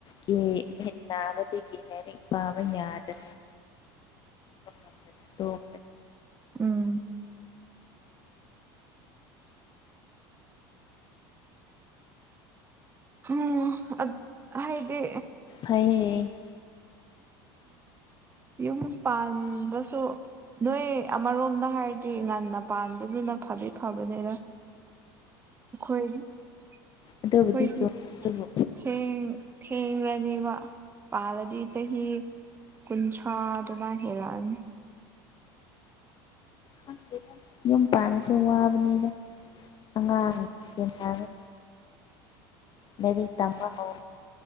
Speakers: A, on the left (about 40°); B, on the right (about 20°).
A: ꯀ ꯃ ꯅꯥꯕꯗꯒꯤ ꯃꯃꯤ ꯄꯥꯕ ꯌꯥꯗ <unintelligible>
B: ꯎꯝ ꯎꯝ ꯑ ꯍꯥꯏꯗꯦ
A: ꯑꯝ
B: ꯌꯨꯝ ꯄꯥꯟꯕꯁꯨ ꯅꯣꯏ ꯑꯃꯔꯣꯝꯗ ꯍꯥꯏꯔꯗꯤ ꯉꯟꯅ ꯄꯥꯟꯕꯗꯨꯅ ꯐꯗꯤ ꯐꯕꯅꯦꯅ ꯑꯩꯈꯣꯏ ꯑꯩꯈꯣꯏꯗꯤ
A: ꯑꯗꯨꯕꯨꯗꯤ ꯆꯨꯝ ꯑꯗꯨꯕꯨ
B: ꯊꯦꯡ ꯊꯦꯡꯡꯂ꯭ꯔꯅꯦꯕ ꯄꯥꯜꯂꯗꯤ ꯆꯍꯤ ꯀꯨꯟ ꯁꯥ ꯑꯗꯨꯃꯥꯏ ꯍꯦꯜꯂꯑꯅꯤ
A: ꯍꯣꯏ ꯌꯨꯝ ꯄꯥꯟꯂꯁꯨ ꯋꯥꯕꯅꯤꯗ ꯑꯉꯥꯡꯁ ꯍꯥꯏꯔ ꯃꯔꯤ ꯇꯝꯕ ꯍꯧ